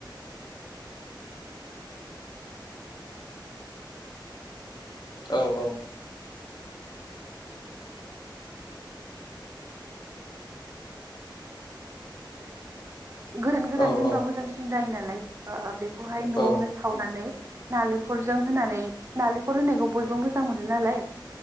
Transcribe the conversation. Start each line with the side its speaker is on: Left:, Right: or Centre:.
Right: <unintelligible> <unintelligible> <unintelligible>
Left: औ औ
Right: गोरान गोरान
Left: औ
Right: दोनबा
Left: औ
Right: मोजांसिन जायो नालाय बेखौ बेहाय न'आवनो
Left: औ
Right: सावनानै नालेंखरजों होनानै नालेंखल होनायखौ बयबो मोजां मोनो नालाय